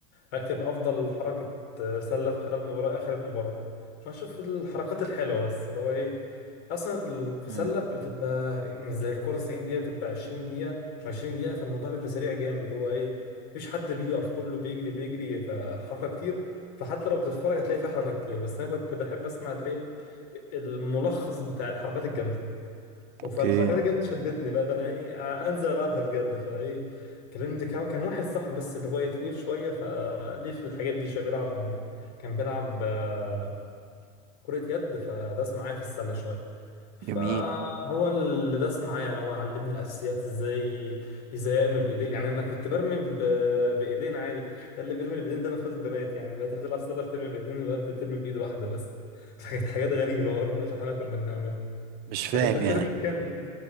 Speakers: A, on the left; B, on the right.
A: هكتب افضل حركه آه، سله في خلال المباراه اخر المباراه فهشوف الحركات الحلوه بس اللي هو ايه اصلا ال- في
B: امم
A: سله بتبقى مش زي الكوره 90 دقيقه بتبقى 20 دقيقه و20 دقيقه فالموضوع بيبقى سريع جامد اللي هو ايه مفيش حد بيقف كله بيجري بيجري فحركه كتير فحتى لو بتتفرج هتلاقي فيها حركه كتير بس انا كنت بحب اسمع الايه الملخص بتاع الحركات الجامده
B: اوكي
A: فالحركات الجد شدتني بقى ده انا ايه آه، انزل العبها بجد فايه كلمت كان كان واحد صاحبي بس اللي هو إيه طويل شويه فليه في الحاجات دي شويه بيلعب كان بيلعب آه، كرة يد فداس معايا في السله شويه فهو
B: جميل
A: اللي داس معايا يعني هو علمني الاساسيات ازاي ازاي ارمي بايدين يعني انا كنت برمي ب- بايدين عادي اللي بيرمي بايدين ده المفروض البنات يعني البنات اللي بتلعب سله بترمي بايدين الولاد بترمي بايد واحده بس <laughs> فكانت حاجات غريبه برضه اللي احنا كنا بنعملها
B: مش فاهم
A: انت كنت بترمي
B: يعني
A: بكام ايد؟